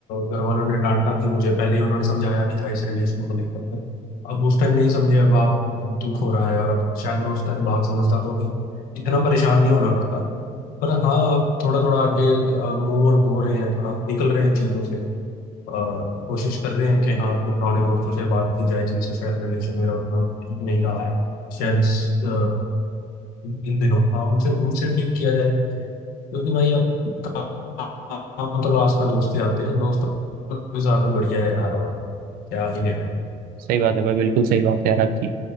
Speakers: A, on the left; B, on the right.
A: घर वालों ने डांटा भी मुझे पहले उन्होंने समझाया भी था इस रिलेशन को लेकर अब उस टाइम नहीं समझे अब आप अब दुख हो रहा है और अब शायद मैं उस टाइम बात समझता तो भी इतना परेशान नहीं होना पड़ता पर हाँ आप थोड़ा थोड़ा आगे मूव ऑन हो रहे हैं थोड़ा निकल रहे हैं चीज़ों से और कोशिश कर रहे हैं कि हाँ अपने पुराने दोस्तों से बात की जाए जिनसे शायद रिलेशन मेरा उतना ठीक नहीं रहा है शायद इस अ, इन दिनों हाँ उनसे उनसे ठीक किया जाए क्योंकि भाई अब काम तो लास्ट में दोस्त ही आते हैं दोस्त तो काफी बढ़िया है यार और क्या ही लेना है
B: सही बात है भाई बिल्कुल सही बात है यार आपकी